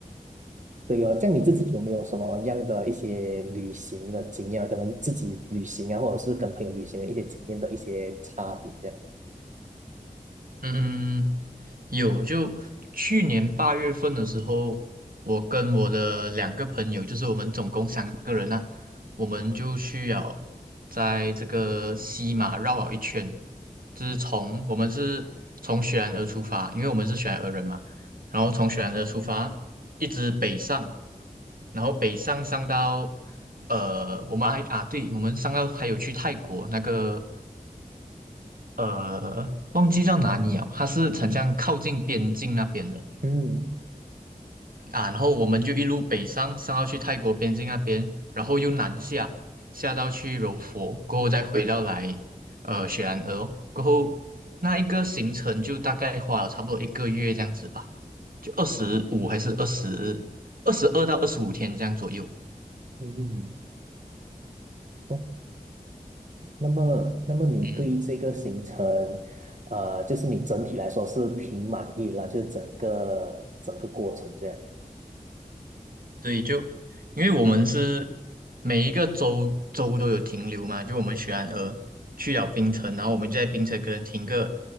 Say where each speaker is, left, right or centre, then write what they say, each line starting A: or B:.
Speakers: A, on the right; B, on the right.
A: 对哦，这样你自己有没有什么样的一些旅行的经验啊？可能自己旅行啊，或者是跟朋友旅行的一些经验的一些差别，这样。
B: 嗯，有，就去年八月份的时候，我跟我的两个朋友，就是我们总共三个人啊，我们就需要在这个西马绕了一圈，就是从我们是从雪兰莪出发，因为我们是雪兰莪人嘛，然后从雪兰莪出发，一直北上，然后北上上到呃，我们还啊，对，我们上到还有去泰国那个呃，忘记叫哪里了，它是很像靠近边境那边的
A: 嗯
B: 啊。然后我们就一路北上，上到去泰国边境那边，然后又南下，下到去柔佛，过后再回到来呃雪兰莪哦过后那一个行程就大概花了差不多一个月这样子吧，就二十五还是二十二十二到二十五天这样左右。
A: 嗯嗯，OK。那么，那么你对这个行程，
B: 嗯，
A: 呃，就是你整体来说是挺满意啦，就是整个整个过程这样，
B: 对，就因为我们是每一个州州都有停留嘛，就我们雪兰莪去了冰城，然后我们就在冰城可能停个